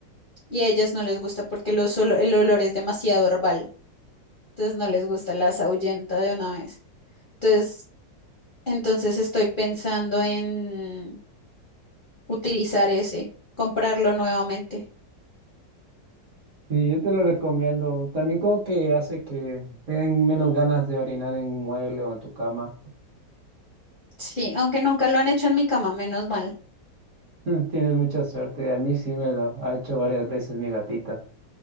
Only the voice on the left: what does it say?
Y a ellas no les gusta porque los olo- el olor es demasiado herbal. Entonces no les gusta, las ahuyenta de una vez. Entonces, entonces estoy pensando en utilizar ese, comprarlo nuevamente.
Sí, aunque nunca lo han hecho en mi cama, menos mal.